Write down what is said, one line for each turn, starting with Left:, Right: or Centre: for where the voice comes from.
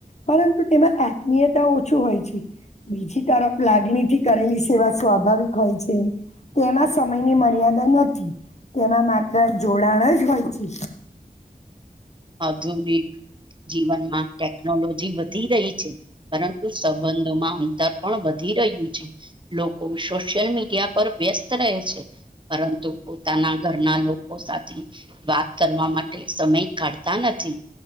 Left: પરંતુ તેમાં આત્મીયતા ઓછું હોય છે. બીજી તરફ લાગણીથી કરેલી સેવા સ્વાભાવિક હોય છે તેના સમયની મર મર્યાદા નથી તેમાં માત્ર જોડાણ જ હોય છે.
Right: આધુનિક જીવનમાં ટેકનોલોજી વધી રહી છે. પરંતુ સંબંધોમાં અંતર પણ વધી રહ્યું છે. લોકો સોશિયલ મીડિયા પર વ્યસ્ત રહે છે. પરંતુ પોતાના ઘરના લોકો સાથે વાત કરવા માટે સમય કરતા નથી